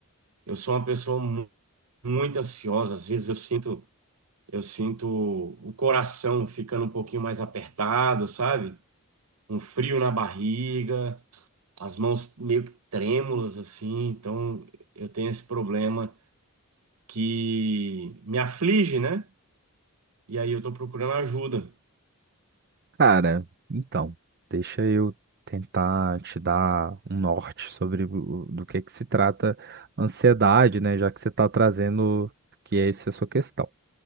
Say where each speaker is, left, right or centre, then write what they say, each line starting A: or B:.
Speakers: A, on the right; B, on the right.
A: Eu sou uma pessoa mu- muito ansiosa, às vezes eu sinto eu sinto o coração ficando um pouquinho mais apertado, sabe? Um frio na barriga. as mãos meio que trêmulas assim, então eu tenho esse problema que me aflige, né? E aí eu tô procurando ajuda.
B: Cara, então, deixa eu tentar te dar um norte sobre o- do que que se trata a ansiedade, né? Já que você está trazendo que essa é essa a sua questão.